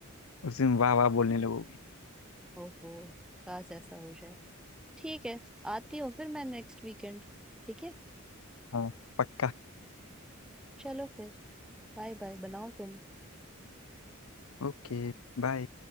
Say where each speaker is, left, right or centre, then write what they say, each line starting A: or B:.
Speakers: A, on the left; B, in the centre.
A: उस दिन वाह वाह बोलने लगोगी
B: ओहो काश ऐसा हो जाए ठीक है आती हूँ फिर मैं नेक्स्ट वीकेंड ठीक है
A: हाँ पक्का
B: चलो फिर बाय बाय बनाओ तुम
A: Okay bye